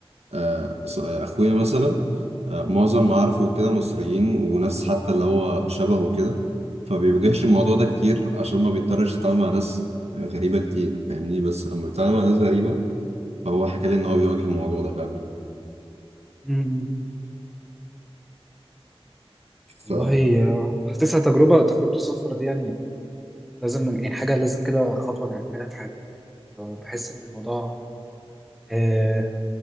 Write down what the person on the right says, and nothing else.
آه، ص- آه، اخويا مثلا آه، معظم معارفه كده مصريين وناس حتى اللي هو شبهه كده فبيواجهش الموضوع
ده كتير عشان ما بيضطرش يتعامل مع ناس غريبة كتير فاهمني بس لما بيتعامل مع ناس غريبة فهو حكى لي ان هو بيواجه الموضوع ده فعلا
ف